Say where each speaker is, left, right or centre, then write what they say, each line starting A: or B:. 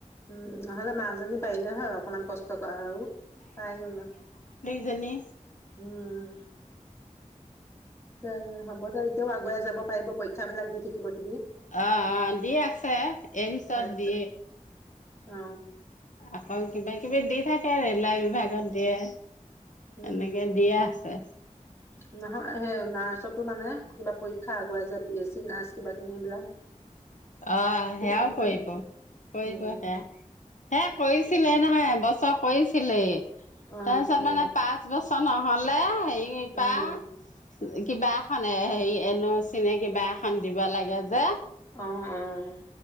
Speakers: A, on the left; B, on the left.
A: উম নহ'লে মাজনী পাৰিলে হয় অকমান কষ্ট কৰা আৰু পাই গ'ল
B: জেনী
A: উম। অ' হ'ব দে এতিয়াও আগুৱাই যাব পাৰিব। পৰীক্ষাবিলাক দি থাকিব দিবি
B: অ', -অ' দি আছে এইমচত
A: সেত
B: দি
A: অ।
B: আকৌ কিবা-কিবি দি থাকে ৰে'লৱে বিভাগত দিয়ে।
A: উম
B: এনেকে দিয়ে আছে
A: নহয় সেই নাৰ্চত নাৰ্চত মানে কিবা পৰীক্ষা আগুৱাই যায়, বি এ চি নাৰ্ছ কিবা খিনি এইবিলাক
B: অ'
A: কৰি
B: সেয়াও
A: থাকিলে
B: কৰিব, কৰিব
A: উম
B: সেয়া, সেয়া কৰিছিলে নহয় এবছৰ এবছৰ কৰিছিলেই।
A: অ
B: তাৰপিছত মানে পাঁচ বছৰ ন হ'লে। কিবা
A: উম
B: কিবা এখন এ হেৰি এ নো চি নে কিবা এখন দিব লাগে যে।
A: অ', -অ।